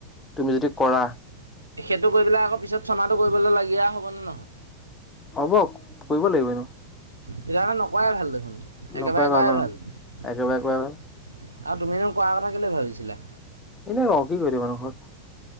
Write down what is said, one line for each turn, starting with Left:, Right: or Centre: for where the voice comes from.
Left: তুমি যদি কৰা
Right: সেইটো কৰি পেলাই আকৌ পিছত চমাহটো কৰিবলৈ লাগীয়া হবনে নহয়?
Left: হ'ব কৰিব লাগিব এনো
Right: তেতিয়াহলে নকোৱাই ভাল দেখোন
Left: নকৰাই
Right: একেবাৰে কৰাই
Left: অ
Right: ভাল। আৰু
Left: একেবাৰে কৰাই ভাল
Right: তুমিনো কোৱাৰ কথা কেলে ভাবিছিলা।
Left: এনে কওঁ কি কৰি থাকিবা নো ঘৰত।